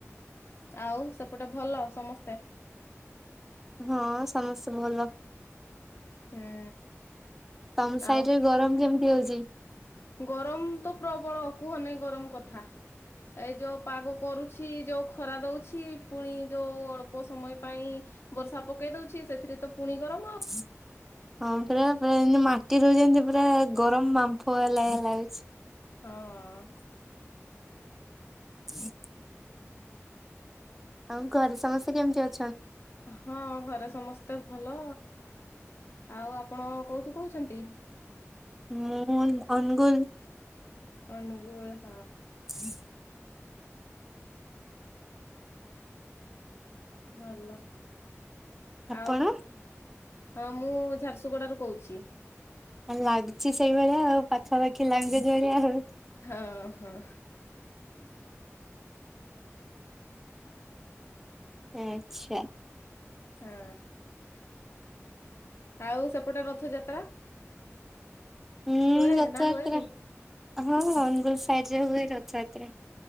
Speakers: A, on the left (about 55°); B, in the centre.
A: ଆଉ ସେପଟେ ଭଲ ସମସ୍ତେ
B: ହଁ ସମସ୍ତେ ଭଲ
A: ହୁଁ
B: ତମ ସାଇଡରେ
A: ଆଉ
B: ଗରମ କେମିତି ହଉଛି
A: ଗରମ ତ ପ୍ରବଳ କୁହନାଇ ଗରମ କଥା ଏ ଯୋଉ ପାଗ କରୁଛି ଯୋଉ ଖରା ଦଉଛି ପୁଣି ଯୋଉ ଅଳ୍ପ ସମୟ ପାଇଁ ବର୍ଷା ପକେଇ ଦଉଛି ସେଥିରେ ତ ପୁଣି ଗର
B: ହଁ <unintelligible> ହଁ ପୁରା ପୁରା ଏମତି ମାଟି ରହୁଛନ୍ତି ପୁରା ଗରମ ବାମ୍ଫ ହେଲା ଲାଗୁଛି
A: ହଁ
B: ହ <inaudible> ଆଉ ଘରେ ସମସ୍ତେ କେମିତି ଅଛନ୍ତି
A: ହଁ ଘରେ ସମସ୍ତେ ଭଲ ଆଉ ଆପଣ କୋଉଠୁ କହୁଛନ୍ତି
B: ମୁନ ଅନୁଗୁଲ।
A: ଅନୁଗୁଳୁ।
B: ହୁଁ।
A: ଭଲ
B: ଆପଣ?
A: ଆଉ ହଁ ମୁଁ ଝାରସୁ ଗୁଡାରୁ କହୁଚି‌।
B: ଆଉ ଲାଗୁଛି ସେଇଭଳିଆ ଆଉ ପାଖାପାଖି ଲାଙ୍ଗୁଏଜ ଭଳିଆ ଆଉ।
A: ହଁ ହଁ।
B: ଆଚ୍ଛା।
A: ହଁ ଆଉ ସେପଟେ ରଥଯାତ୍ରା।
B: ହୁଁ,
A: ହୁଏ
B: ରଥଯାତ୍ରା
A: ନା ହୁଏନି?
B: ହଁ ଅନୁଗୁଳ ସାଇଟ୍ ରେ ହୁଏ ରଥଯାତ୍ରା।